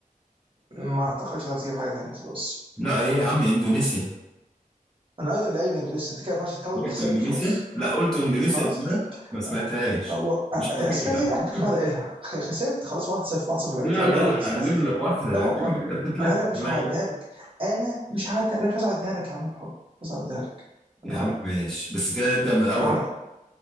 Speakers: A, on the right; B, in the centre.
A: ما اعتقدش هتجيب حاجه تانيه خلاص
B: لا ايه يا عم اندونيسيا
A: انا قايل قايل الاندونيسي انت كده ما ينفعش تكفر
B: قلت
A: خسرت
B: اندونيسيا
A: خلاص
B: لا قلت اندونيسيا
A: خلاص
B: بالله
A: خسرت
B: ما سمعتهاش
A: هو
B: مش
A: اسكان
B: فاكر يعني
A: هي اخر
B: <laughs>
A: واحده قايلها خ- خسرت خلاص 1-0 1-0
B: لا
A: بجد الجوله
B: لا لا
A: خلصت 1-0
B: هجيب لك واحده
A: لا والله
B: هجيب لك- انت بتتلكم
A: انا مش
B: عليا
A: هعديها لك انا مش هعديها انا مش عايز اعديها لك يا عم انا حر مش عايز اعديها لك
B: يا
A: انا
B: عم
A: حر
B: ماشي بس كده نبدا من الاول
A: واحد-